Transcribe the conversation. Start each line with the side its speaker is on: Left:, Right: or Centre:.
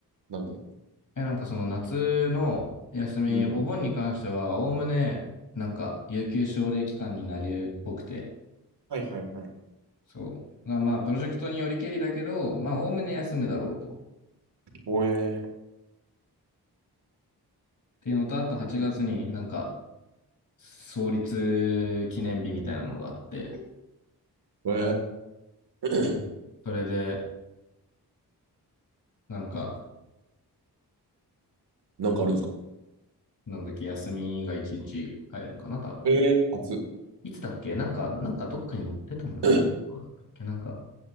Right: なんて。
Left: え、なんかその夏の休み、
Right: うん。
Left: お盆に関しては、おおむね、なんか、有給奨励期間になるっぽくて、
Right: はいはいはい。
Left: そう。まあ、まあプロジェクトによりけりだけど、まあ、おおむね休むだろうと。っ
Right: おえ
Left: ていうのと、あと8月になんか、創立記念日みたいなのがあって、
Right: ー、えー、
Left: それで、なんか、
Right: <clears throat> なんかあるんですか
Left: なんだっけ、休みが一日入るんかな、多分。
Right: えー、暑、
Left: いつだっけなんか、なんかどっかに載ってたんだっけどうだったっけなんか、
Right: <coughs>